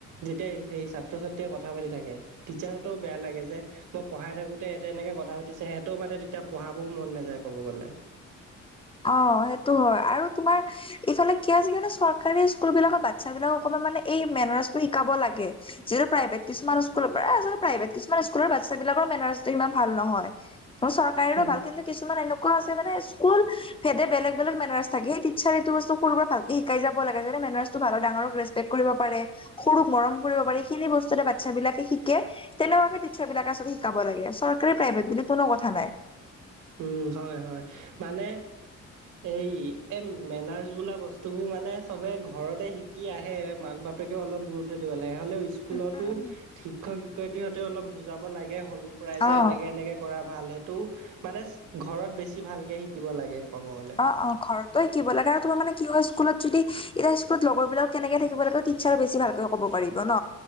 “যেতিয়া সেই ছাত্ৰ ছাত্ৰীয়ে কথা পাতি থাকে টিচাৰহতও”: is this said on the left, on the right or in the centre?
Right